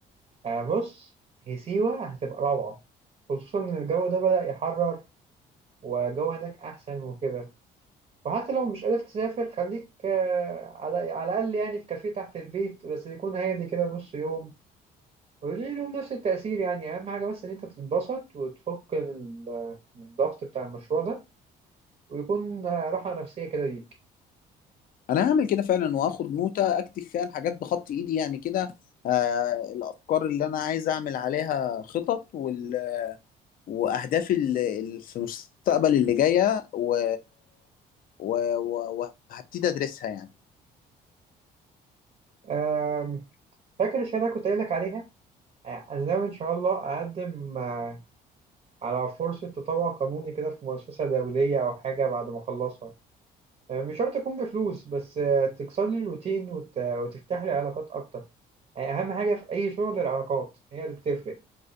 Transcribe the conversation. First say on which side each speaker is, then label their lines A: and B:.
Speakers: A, on the right; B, on the left.
A: آه بص هي سيوه هتبقى روعه خصوصا ان الجو ده بدأ يحرر وجو هناك احسن وكده وحتى لو مش قادر تسافر خليك آه على على الاقل يعني في كافيه تحت البيت بس يكون هادي كده نص يوم وليه لهم نفس التأثير يعني أهم حاجة بس إن أنت تتبسط وتفك من ال- من الضغط بتاع المشروع ده ويكون آه، راحة نفسية كده ليك
B: انا هعمل كده فعلا واخد نوتة اكتب فيها الحاجات بخط ايدي يعني كده آه الافكار اللي انا عايز اعمل عليها خطط وال واهدافي ال- ال- في المستقبل اللي جايه و... و... و- وهبتدي ادرسها يعني
A: آم، فاكر الشهادة اللي كنت قايل لك عليها؟ آه، أنا ناوي إن شاء الله أقدم آه، على فرصة تطوع قانوني كده في مؤسسة دولية أو حاجة بعد ما أخلصها، آه، مش شرط تكون بفلوس بس آه، تكسر لي الروتين وت- وتفتح لي علاقات أكتر، آه، أهم حاجة في أي شغل العلاقات هي اللي بتفرق،